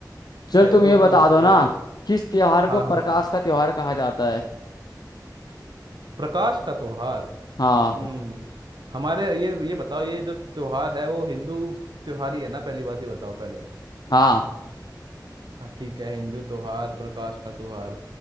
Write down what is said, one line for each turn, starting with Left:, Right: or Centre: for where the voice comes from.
Left: चल
Right: है
Left: तुम
Right: तो
Left: ये
Right: मतलब
Left: बता दो ना
Right: एक ही
Left: किस त्योहार को
Right: हाँ
Left: प्रकाश
Right: हाँ बतू
Left: का त्योहार कहा जाता है
Right: प्रकाश का त्योहार
Left: हाँ
Right: हम्म हमारे ये ये बताओ ये जो त्योहार है वो हिंदू त्योहार ही है ना पहली बात ये बताओ पहले
Left: हाँ
Right: हाँ ठीक है हिंदू त्योहार प्रकाश का त्योहार